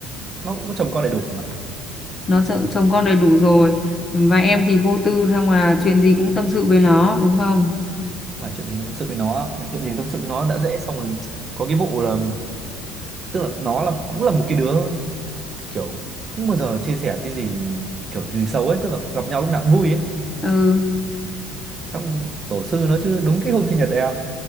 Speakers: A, on the right; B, on the left.
A: nó cũng có chồng con đầy đủ rồi mà
B: nó sợ chồng con đầy đủ rồi và em thì vô tư xong là chuyện gì cũng tâm sự với nó đúng không
A: mà chuyện gì tâm sự với nó mẹ chuyện gì tâm sự với nó đã dễ xong rồi có cái vụ là tức là nó là cũng là một cái đứa kiểu không bao giờ chia sẻ cái gì kiểu gì xấu ấy tức là gặp nhau lúc nào cũng vui ấy
B: ừ
A: xong tổ sư nó chứ đúng cái hôm sinh nhật em